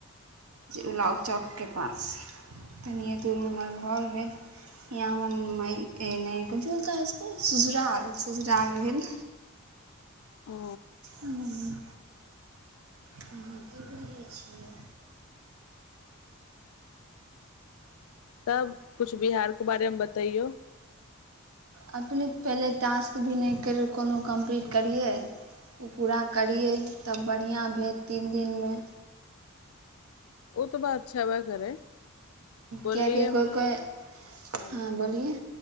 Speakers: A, on the right (about 80°); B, on the left (about 70°).
A: ुलाव चौकके पास तनिए दूरमे हमर घर भेल यहाँ हमर मायकेनाके झूल त ससुराल ससुराल भेल।
B: ओ
A: ह। हम की बोलै छियै।
B: तब कुछ बिहार। के बारेमे बतैयौ।
A: अपने पहिले टास्क भी नहि कर कोनो कम्प्लीट करियै ओ पूरा करियै तब बढ़िआँ भेल तीन दिनमे।
B: ओ तऽ बात अच्छा वह करै बोलिए
A: किएकि
B: ह
A: कोइ कोइ हँ बोलिए